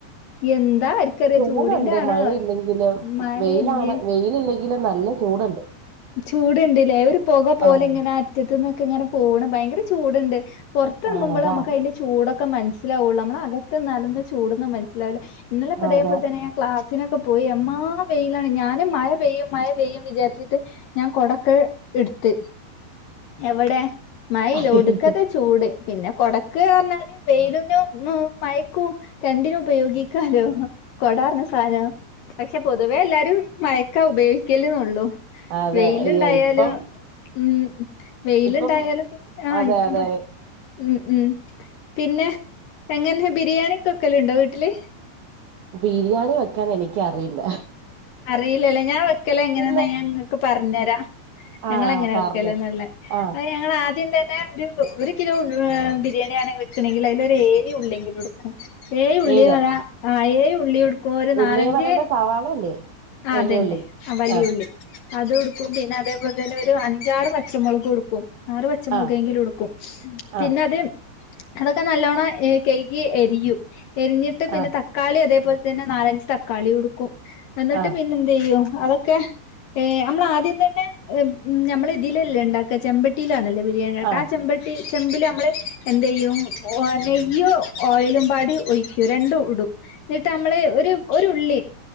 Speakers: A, on the left (about 70°); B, on the right (about 75°).
A: എന്താ ആർക്കറിയാ
B: ചൂടുണ്ട്
A: ചൂടിന്റെ ആണോ
B: മഴയില്ലെങ്കിലും
A: മഴയല്ലേ
B: വെയിലാണ് വെയില് ഇല്ലെങ്കിലും നല്ല നല്ല ചൂടുണ്ട്
A: ചൂടുണ്ടില്ലേ ഒരു പൊക പോലെ
B: ആഹ്
A: ഇങ്ങനെ അറ്റത്തു നിന്നൊക്കെ ഇങ്ങനെ പോണ് ഭയങ്കര ചൂടുണ്ട് പുറത്തെറുങ്ങുമ്പോളാ
B: ആഹ് അതാ
A: മ്മക്ക് അതിന്റെ ചൂടൊക്കെ മനസ്സിലാവുള്ളൂ നമ്മള് അകത്ത് നിന്നാല്ലൊന്നും ചൂടൊന്നും മനസ്സിലാവില്ല ഇന്നെലെ ഇപ്പതേപോല
B: ആ, അതെ
A: തന്നെ ഞാൻ ക്ലാസ്സ്‌ സിനൊക്കെ പോയി എമ്മാ വെയിലാണ് ഞാന് മഴ പെയ്യും മഴ പെയ്യും വിചാരിച്ചിട്ട് ഞാൻ കൊടക്ക എടുത്ത് എവിടെ മഴ
B: ആഹ്
A: ഇല്ല ഒടുക്കത ചൂട് പിന്നെ കൊടക്ക് പറഞ്ഞാല് വെയിലിനും മയക്കും രണ്ടിനും ഉപയോഗിക്കാലോ കൊടാറിഞ്ഞ സാധനം പക്ഷെ പൊതുവേ എല്ലാരും മയക്കാ ഉപയോഗിക്കലന്നള്ളു
B: അതെ
A: വെയിലുണ്ടായാലും
B: ഈ ഇപ്പം
A: ഉം വെയിലുണ്ടായാലും
B: ഇപ്പം
A: ആ
B: അതെ
A: ഇപ്പം
B: അതെ
A: ഉം ഉം പിന്നെ എങ്ങനെ ബിരിയാണി ഒക്ക വെക്കല് ഉണ്ടോ വീട്ടില്
B: ബിരിയാണി വെക്കാൻ എനിക്കറിയില്ല
A: അറിയില്ലല്ലേ ഞാൻ വെക്കല് എങ്ങനെന്ന്
B: ഇല്ല
A: ഞാൻ നിങ്ങക്ക് പറഞ്ഞഞ് തരാം
B: ആഹ്
A: ഞങ്ങള് എങ്ങനെ
B: പറഞ്ഞോ
A: വെക്കല്ന്ന്ള്ള
B: ആഹ്
A: ഞങ്ങള് ആദ്യംതന്നെ പിന്നെ ഒരു ഒരു കിലോ ബിരിയാണിണെങ്കിൽ വെക്കണെങ്കിൽ അതിൽ ഏയ്‌ ഉള്ളെങ്കിലും എടുക്കും ഏയ് ഉള്ളി
B: ഏത്
A: ആ ഏയ് ഉള്ളിയെടുക്കും ഒരു
B: ഉള്ളിന്ന്
A: നാലഞ്ച്
B: പറയുമ്പോ സവാളല്ലേ വലിയ
A: ആതന്നെ
B: ഉള്ളി
A: ആ വലിയുള്ളി
B: ആഹ്
A: അത്ടുക്കും പിന്നെ അതേപോലെ തന്നെ ഒരു അഞ്ചാറ് പച്ചമുളകുംടുക്കും ആറ് പച്ചമുളകെങ്കിലും
B: ആഹ്
A: ഉടുക്കും പിന്നെ
B: ആഹ്
A: അത് അതൊക്കെ നല്ലോണ്ണം കെയ്കി എരിയും എരിഞ്ഞിട്ട് പിന്നെ
B: ആഹ്
A: തക്കാളി അതേപോലെ തന്നെ നാലഞ്ച് തക്കാളി എടുക്കും എന്നിട്ട്
B: ആഹ്
A: പിന്നെ എന്തെയ്യും അതൊക്കെ ഹ ഏ നമ്മൾ ആദ്യം തന്നെ നമ്മള ഇതിലല്ലേ ഉണ്ടാക്കാ ചെമ്പട്ടിയിലല്ലേ ബിരിയാണ ട്ടാ
B: ആഹ്
A: ആ ചെമ്പട്ടി ചെമ്പില് നമ്മള് എന്ത് ചെയ്യും ഒ നെയ്യ് ഓയിലും പാടി ഒഴിക്കൂ രണ്ടും ഇടും എന്നിട്ട് അമ്ള് ഒരു ഒരു ഉള്ളി